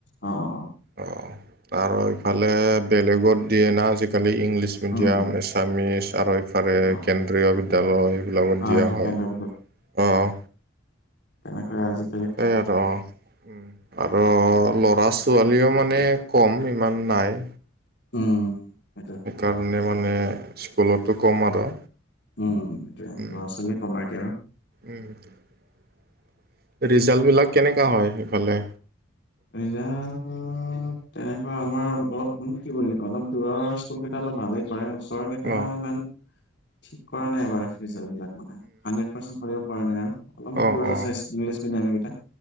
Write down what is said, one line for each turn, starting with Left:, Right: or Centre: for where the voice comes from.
Left: অ অ।
Right: অঁ, আৰু ইফালে বেলেগত দিয়ে না আজিকালি। আজিকালি ইংলিছ মিডিয়াম,
Left: উম
Right: এছামিছ, আৰু ইফালে
Left: অ
Right: কেন্দ্ৰীয় বিদ্যালয় এইবিলাকত
Left: অ
Right: দিয়া
Left: এইটো
Right: হয়
Left: কেন্দ্ৰীয়
Right: অহ।
Left: তেনেকে আজি-
Right: এই আৰু অ, ‌ আৰু ল'ৰা ছো- ছোৱালীও মানে কম, ইমান নাই।
Left: উম। সেইটো
Right: সেইকাৰণে মানে স্কুলতো কম আৰু।
Left: উম এইটোৱে,
Right: উম,
Left: ল'ৰা ছোৱালী কমাই এতিয়া আৰু।
Right: উম। ৰিজাল্টবিলাক কেনেকুৱা হয় সেইফালে?
Left: ৰিজাল্ট তেনেকুৱা আমাৰ অলপ মানে কি বুলি কয় অলপ দূৰৰ স্কুল কেইটা অলপ ভালেই। ওচৰ কেইটা
Right: অ'
Left: ইমান ঠিক কৰা নাই এবাৰ ৰিজাল্ট বিলাক। হাড্ৰেড পাৰ্চেন্টে পৰা নাই আৰু অলপমান
Right: অ'
Left: দূৰত
Right: অ'
Left: আছে ইংলিছ মিডিয়ামে কেইটা।